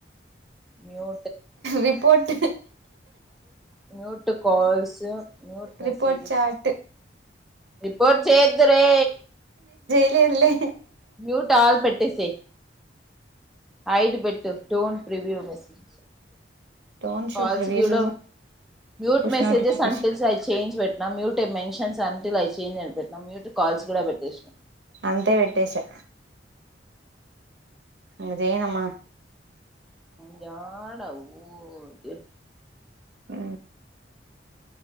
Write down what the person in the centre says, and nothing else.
మ్యూ
mute calls mute messages
ఇప్పు పో చేదురే
మ్యూట్ ఆల్ పెట్టేసే హైడ్ పెట్టు don't review message
calls
గీయడం మ్యూట్
మెసేజెస్
అంట <unintelligible> చేయించి పెట్ట నా మ్యూటే మెన్షన్స్ అంటలా చేంజ్ అని పెట్నాం మ్యూట్ కాల్స్ కూడా పెట్టేసాం
జడ ఆవు ఓకే